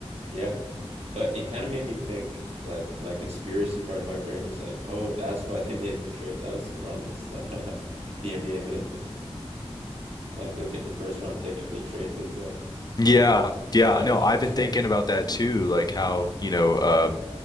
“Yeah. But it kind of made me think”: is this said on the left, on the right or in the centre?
Right